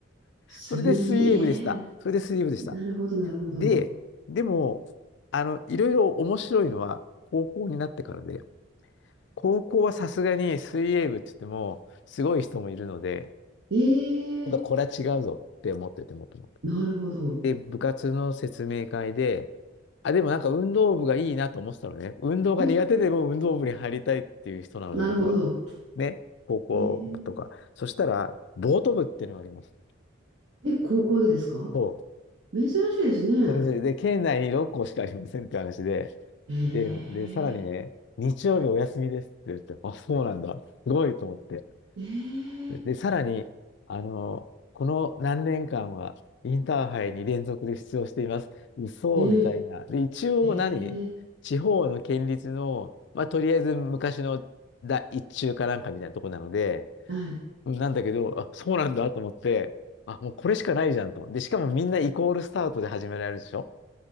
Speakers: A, on the left; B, on the right.
A: <laughs>
B: 水泳。
A: それで水泳部でした。それで水泳部でした。
B: なるほど、なるほど。
A: で、でも、あの、いろいろ面白いのは高校になってからで、高校はさすがに水泳部って言っても、すごい人もいるので、
B: ええ
A: ちょっとこれは違うぞって思ってて、もともと。
B: なるほど。
A: で、部活の説明会で、あ、でもなんか運動部がいいなと思ってたのね。運動が苦手でも運動部に入りたいっていう人なので、
B: え、なるほど。
A: 僕は。ね、高校部とか。
B: えー
A: そしたら、ボート部っていうのがあります。
B: え、高校でですか
A: そ
B: 珍しいですね。
A: う。それで、で、県内に6校しかありませんって話で、
B: ええ
A: で、で、さらにね、日曜日お休みですって言って、あ、そうなんだ。すごいと思って。
B: ええ
A: で、でさらに、あの、この何年間はインターハイに連続で出場しています。嘘みたいな。
B: え
A: で、一応何地方の県立の、
B: ええー
A: まあ、とりあえず昔のだ一中かなんかみたいなとこなので、
B: はい。
A: なんだけど、あ、そうなんだと思って、あ、もうこれしかないじゃんと。で、しかもみんなイコールスタートで始められるでしょ